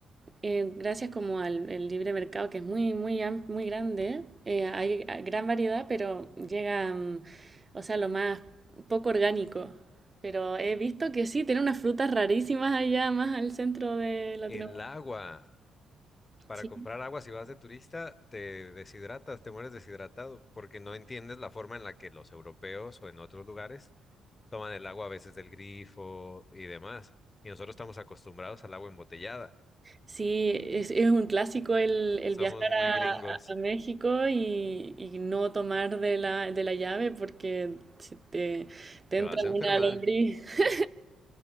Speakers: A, on the right; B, on the left.
A: eh, gracias como al el libre mercado, que es muy, muy, am- muy grande, eh, hay ah, gran variedad, pero llega, mm, o sea, lo más poco orgánico. Pero he visto que sí, tienen unas frutas rarísimas allá, más al centro de Latinoamérica.
B: El agua, para
A: Sí.
B: comprar agua si vas de turista, te deshidratas, te mueres deshidratado, porque no entiendes la forma en la que los europeos o en otros lugares toman el agua a veces del grifo y demás. Y nosotros estamos acostumbrados al agua embotellada.
A: Sí, es, es un clásico el, el
B: Somos
A: viajar
B: muy
A: a,
B: gringos.
A: a- a México y, y no tomar de la, de la llave porque se te, te
B: Te
A: entra
B: vas
A: una
B: a enfermar.
A: lombriz. <laughs>